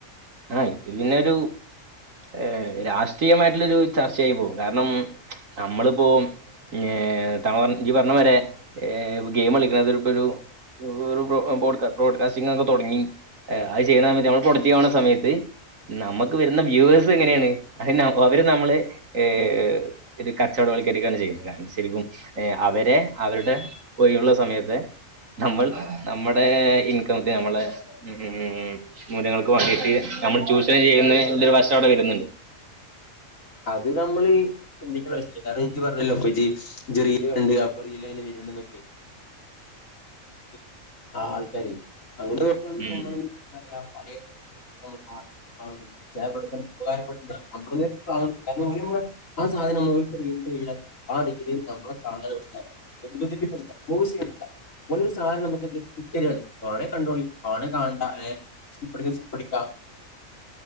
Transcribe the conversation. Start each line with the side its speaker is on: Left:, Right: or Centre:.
Right: ആഹ് ഇത് പിന്നൊരു ഏഹ് രാഷ്ട്രീയമായിട്ടുള്ളൊരു ചർച്ചയായി പോകും കാരണം നമ്മളിപ്പോ ഏഹ് താൻ പറഞ് നീ പറഞ്ഞ മാരെ ഏഹ് ഗെയിമ് കളിക്കണതൊരു ഇപ്പൊരു വെറും ബോ ബ്രോഡ്ക ബോഡ്കാസ്റ്റിംഗ് ഒക്കെ തുടങ്ങി അത് ചെയ്യുന്ന സമയത്ത് നമ്മള് പ്രോഡക്റ്റീവ് ആവണ സമയ ത് നമുക്ക് വരുന്ന വ്യൂവേഴ്സ് എങ്ങനെയാണ് അതന്നെ അവര് നമ്മളെ ഏഹ് കച്ചവടവൽക്കരിക്കുകയാണ് ചെയ്യുന്നത് കാരണം ശരിക്കും അവരെ അ വരുടെ ഒയിവുള്ള സമയത്തെ നമ്മൾ നമ്മുടെ ഇൻകം ആക്കി നമ്മളെ ഇം മൂല്യങ്ങൾക്ക് വേണ്ടിട്ട് നമ്മൾ ചൂഷണം ചെയ്യുന്ന് എന്നൊരു വശം അവിടെ വരുന്നുണ്ട്
Left: അത് നമ്മള് ചിന്തിക്കണ്ട ആവശ്യില്ല കാരണം ഇജ്ജ് പറഞ്ഞല്ലോ ഇജ്ജ് ഇജ്ജ് റീല് കണ്ട് അപ്പൊറീല് എങ്ങനെ വരും <unintelligible> ആ ആൾക്കാര് അങ്ങനെ നോക്കാണെ ഇപ്പ
Right: ഉം.
Left: നമ്മള് എന്താ പറയാ <unintelligible> <unintelligible> ചെല പ്രവര്‍ത്തനം ഉപകാരപ്പെടനിണ്ട് നമ്മളിങ്ങനെ <unintelligible> ആ സാധനം <unintelligible> കഴിഞ്ഞാൽ <unintelligible> നമ്മള് കാണാതെ പഠിക്ക്യ എമ്പതെറ്റിക് അല്ല <unintelligible> ഓലൊരു സാധനം നമുക്ക് ഗി ഗിഫ്റ്റ്തരാണ് വേണേ കണ്ടോളി വേണേ കാണണ്ട ഏഹ് സ്കിപ്പ് അടിക്കണോങ്കിൽ സ്കിപ്പ് അടിക്കാ